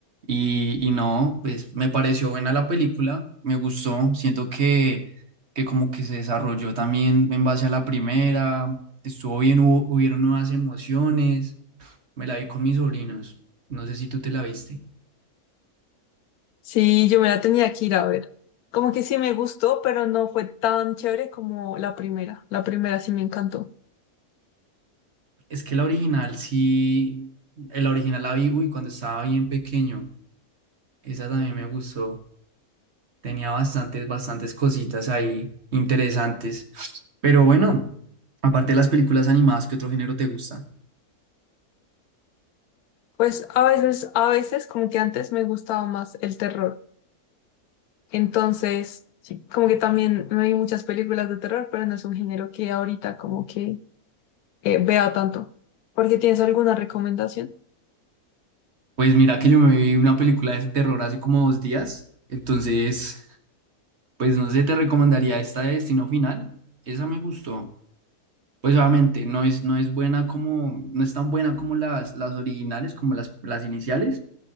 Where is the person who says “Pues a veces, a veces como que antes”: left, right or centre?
Left